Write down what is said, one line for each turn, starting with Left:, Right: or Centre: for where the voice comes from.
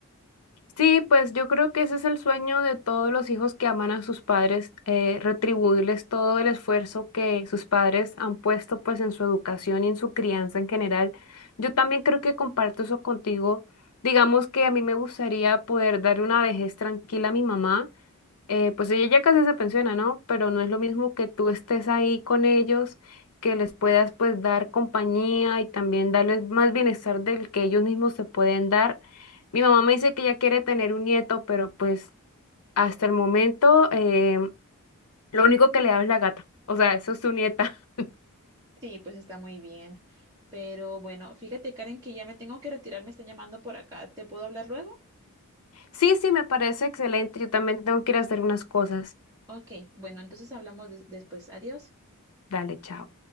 Left: Sí, pues yo creo que ese es el sueño de todos los hijos que aman a sus padres, eh, retribuirles todo el esfuerzo que sus padres han puesto pues en su educación y en su crianza en general. Yo también creo que comparto eso contigo. Digamos que a mí me gustaría poder dar una vejez tranquila a mi mamá eh, pues ella ya casi se pensiona, ¿no? Pero no es lo mismo que tú estés ahí con ellos, que les puedas pues dar compañía y también darles más bienestar del que ellos mismos se pueden dar. Mi mamá me dice que ella quiere tener un nieto, pero pues hasta el momento eh, lo único que le da es la gata, o sea, eso es su nieta. <laughs>
Right: Sí, pues está muy bien, pero bueno, fíjate, Karen, que ya me tengo que retirar, me están llamando por acá, ¿te puedo hablar luego?
Left: Sí, sí, me parece excelente, yo también tengo que ir a hacer unas cosas.
Right: Ok, bueno, entonces hablamos des- después. Adiós.
Left: Dale, chao.